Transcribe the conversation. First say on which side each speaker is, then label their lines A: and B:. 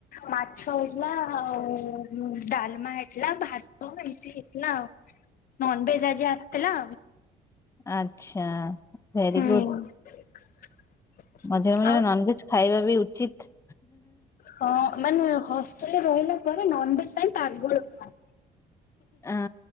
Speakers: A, on the left; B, on the left.
A: ମାଛ ହେଇଥିଲା ଆଉ ଡାଲମା ହେଇଥିଲା। ଭାତ ଏମିତି ହେଇଥିଲା ନନ ଭେଜ ଆଜି ଆସିଥିଲା।
B: ଆଚ୍ଛା ଭେରି
A: ହୁଁ।
B: ଗୁଡ।
A: <inaudible>
B: ମଝିରେ ମଝିରେ
A: ଆଉ
B: ନନଭେଜ ଖାଇବା ବି ଉଚିତ।
A: ହଁ ମାନେ ହଷ୍ଟେଲରେ ରହିଲା ପରେ ନନଭେଜ ପାଇଁ ପାଗଳ ପୁରା।
B: ହଁ